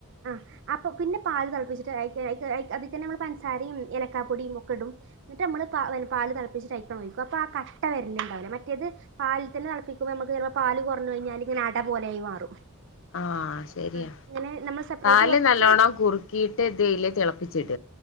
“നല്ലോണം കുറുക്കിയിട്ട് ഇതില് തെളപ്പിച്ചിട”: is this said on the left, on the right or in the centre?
Left